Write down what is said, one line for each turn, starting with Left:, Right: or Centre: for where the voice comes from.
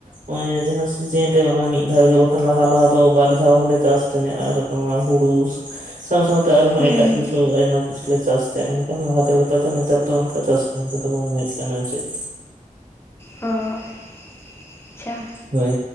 Right: ᱱᱚᱜᱚᱭ ᱡᱟᱦᱟᱸ ᱥᱤᱡᱤᱱ ᱨᱮ ᱚᱱᱟ ᱢᱤᱫ ᱫᱷᱟᱣ ᱜᱮ ᱾ ᱵᱟᱠᱷᱟᱱ ᱞᱟᱦᱟ ᱞᱟᱦᱟ ᱫᱚ ᱵᱟᱨ ᱫᱷᱟᱣ ᱦᱚᱞᱮ ᱪᱟᱥᱼᱼ ᱛᱟᱦᱮᱱᱟ ᱟᱨ <unintelligible> ᱦᱩᱲᱩ ᱥᱟᱶ ᱥᱟᱶᱛᱮ ᱟᱨᱦᱚᱸ
Left: ᱦᱩᱸ
Right: ᱮᱴᱟᱜ ᱠᱤᱪᱷᱩ ᱟᱭᱢᱟ ᱠᱤᱪᱷᱩᱞᱮ ᱪᱟᱥ ᱛᱟᱦᱮᱸᱫ ᱢᱮᱱᱠᱷᱟᱱ ᱞᱟᱦᱟᱛᱮᱼᱼ ᱫᱚ ᱱᱮᱛᱟᱨ ᱫᱚ ᱚᱱᱠᱟ ᱪᱟᱥ ᱠᱟᱹᱢᱤ ᱠᱚᱫᱚ ᱵᱟᱝ ᱦᱩᱭᱩᱜ <unintelligible> ᱠᱟᱱᱟ ᱪᱮᱫ᱾
Left: ᱚ, ᱟᱪᱪᱷᱟ᱾
Right: ᱦᱳᱭ